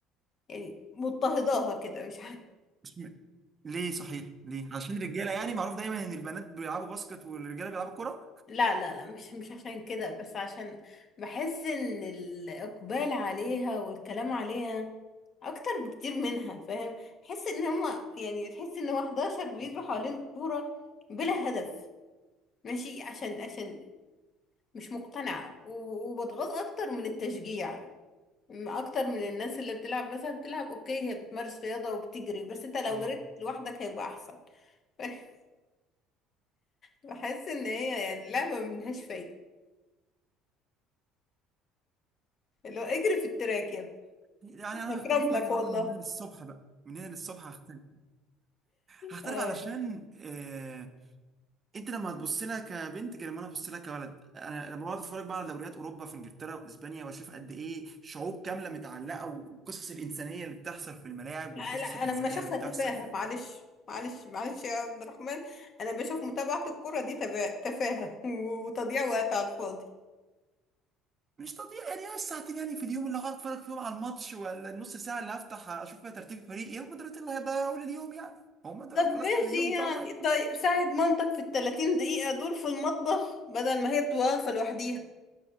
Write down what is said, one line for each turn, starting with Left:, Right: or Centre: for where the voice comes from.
Left: يعني مضطهداها كده مش عارفه
Right: اسم- ليه صحيح ليه؟ عشان الرجاله يعني معروف دايما ان البنات بيلعبوا باسكت والرجاله بيلعبوا كوره
Left: لا لا لا مش مش عشان كده بس عشان بحس ان الاقبال عليها والكلام عليها اكتر بكتير منها فاهم تحس ان هما يعني تحس ان هو 11 بيجروا
Right: <laughs>
Left: حوالين الكوره بلا هدف ماشي عشان عشان مش مقتنعه و- وبتغاظ اكتر من التشجيع م- اكتر من الناس اللي بتلعب مثلا بتلعب اوكي هي بتمارس رياضة وبتجري بس انت لو
Right: اه
Left: جريت لوحدك هيبقى احسن <laughs> بحس ان هي يعني لعبة ملهاش فايدة اللي هو اجري في التراك يا
Right: يعني
Left: ابني
Right: انا
Left: اكرم
Right: هختلف
Left: لك
Right: معاك طبعا
Left: والله
Right: من هنا للصبح بقى من هنا للصبح هختلف هختلف
Left: اه
Right: علشان آه... انت لما هتبص لها كبنت غير لما انا ابص لها كولد انا لما بقعد اتفرج بقى على دوريات اوروبا في انجلترا واسبانيا واشوف قد ايه شعوب كامله متعلقه والقصص الانسانيه اللي بتحصل في الملاعب
Left: لا
Right: والقصص
Left: لا، انا
Right: الانسانيه
Left: لما اشوفها
Right: اللي بتحصل
Left: تفاهة
Right: في ال...
Left: معلش معلش معلش يا عبد الرحمن انا بشوف متابعة الكرة دي تبا- تفاهة <laughs> وتضييع وقت على الفاضي
Right: مش تضييع يعني هي الساعتين يعني في اليوم اللي هقعد اتفرج فيهم على الماتش ولا النص ساعه اللي هفتح اشوف فيها ترتيب فريق ايه هم دول اللي هيضيعوا لي اليوم يعني هم دول
Left: طب ماشي
Right: خلاص اللي اليوم بتاعهم
Left: يعني
Right: واقف
Left: طيب ساعد مامتك في التلاتين دقيقة دول في المطبخ بدل ما هي بتبقى واقفة لوحديها